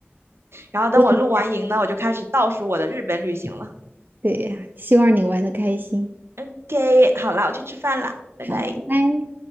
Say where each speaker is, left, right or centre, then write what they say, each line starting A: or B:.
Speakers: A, on the right; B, on the right.
A: 然后等我露完营呢，
B: 对
A: 我就开始倒数我的日本旅行了。
B: 对呀，希望你玩的开心。
A: OK，好了，我去吃饭啦，拜拜。
B: 好，拜拜。